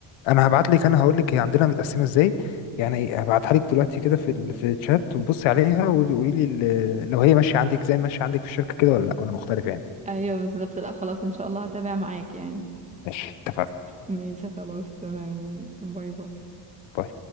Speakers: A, on the left (about 85°); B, on the right (about 15°).
A: انا هبعت لك انا هقول لك هي عندنا متقسمه ازاي يعني ايه هبعتها لك دلوقتي كده في ال... في الشات وبصي عليها وقولي لي ال... لو هي ماشيه عندك زي ما ماشيه عندك في الشركه كده ولا لا ولا مختلف يعني
B: ايوه بالظبط لا خلاص ان شاء الله هتابع معاك يعني
A: ماشي اتفقنا
B: ماشي خلاص تمام يلا باي باي
A: باي.